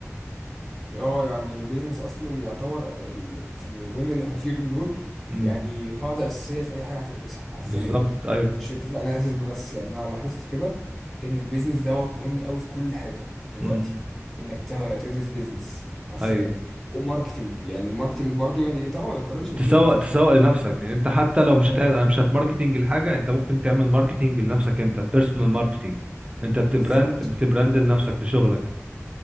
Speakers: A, in the centre; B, on the right.
A: اه يعني البيزنس اصلا يعتبر ال- في اليومين اللي احنا فيهم دول
B: امم
A: يعني قاعده اساسيه في اي حاجه هتدرسها حرفيا
B: بالظبط ايوه
A: مش في data analysis بس يعني انا لاحظت كده ان البيزنس دوت مهم قوي في كل حاجه دلوقتي
B: امم
A: انك ت- تدرس بيزنس حرفيا
B: ايوه
A: وماركتنج يعني الماركتنج برضو يعني طبعا ما يتقارنش بالبيزنس
B: تسوق تسوق لنفسك يعني انت حتى لو مش
A: اه
B: هت... مش هتماركتنج الحاجه انت ممكن تعمل ماركتنج لنفسك انت بيرسونال ماركتنج انت بتبراند
A: بالظبط
B: بتبراند لنفسك لشغلك